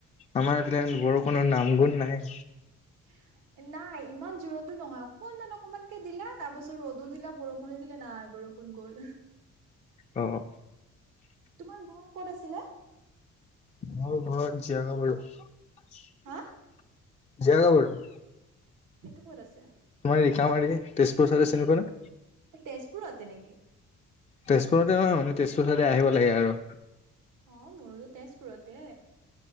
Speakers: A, on the left; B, on the right.
A: আমাৰ এইফালে বৰষুণৰ নাম গুণ নাই।
B: <inaudible> নাই ইমান জোৰতো নহয় অকনমান অকনমানকে দিলে তাৰ পাছত ৰদো দিলে, বৰষুণো দিলে নাই বৰু ষুণ গল
A: অ
B: তোমাৰ ঘৰ ক'ত আছিলে?
A: মোৰ ঘৰত জীয়াগাভৰু জীয়াগাভৰু
B: হা? সেইটো ক'ত আছে?
A: মই ৰিকামাৰিৰ তেজপুৰ চাইডে চিনি পোৱা নে?
B: এই তেজপুৰতে নেকি?
A: তেজপুৰতে নহয় মানে তেজপুৰ চাইডে আহিব লাগে আৰু।
B: অ মোৰোতো তেজপুৰতে।